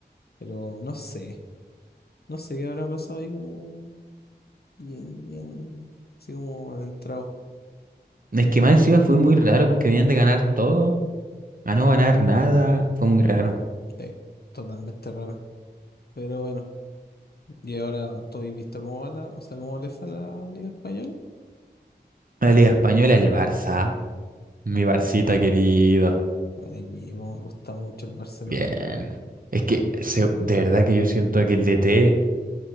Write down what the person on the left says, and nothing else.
pero no sé, no sé qué habrá pasado ahí como bien, bien, así como adentrado.
Pero
Sí, totalmente raro. Pero bueno, y ahora tú has visto cómo va la, o sea, cómo le fue a la Liga Española.
Bueno,
buen equipo, me gusta mucho el Barcelona.